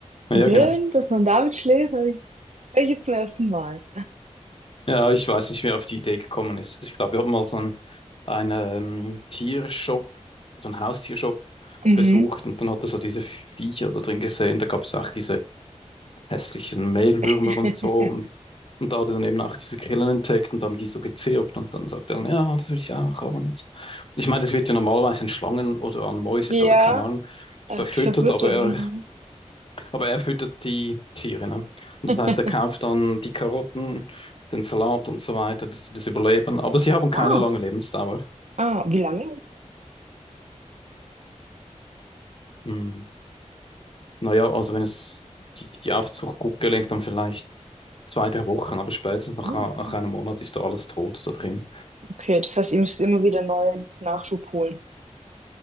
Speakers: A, on the left; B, on the right.
A: Ja,
B: grillen,
A: genau.
B: dass man damit schläft, habe ich, hör ich jetzt zum ersten Mal.
A: Ja, ich weiß nicht, wer auf die Idee gekommen ist. Ich glaube, wir haben mal so einen, einen ähm, Tiershop oder einen Haustiershop
B: Mhm.
A: besucht und dann hat er so diese Viecher da drin gesehen. Da gab es auch diese hässlichen Mehlwürmer
B: <laughs>
A: und so. Und, und da hat er dann eben auch diese Grillen entdeckt und haben die so gezirpt und dann sagt er dann, ja, das will ich auch haben und so. Ich meine, das wird ja normalerweise an Schlangen oder an Mäuse
B: Ja,
A: oder keine Ahnung
B: äh,
A: verfüttert,
B: verwirrt
A: aber
B: und
A: er
B: mhm.
A: Aber er füttert die Tiere, ne? Und
B: <laughs>
A: das heißt, er kauft dann die Karotten, den Salat und so weiter, dass die das überleben. Aber sie haben keine
B: Ah,
A: lange Lebensdauer.
B: ah, wie lange?
A: Hm. Naja, also wenn es die, die Aufzucht gut gelingt, dann vielleicht zwei, drei Wochen, aber spätestens nach,
B: Oh,
A: nach
B: okay,
A: einem Monat ist da alles tot da drin.
B: Okay, das heißt, ihr müsst immer wieder neuen Nachschub holen.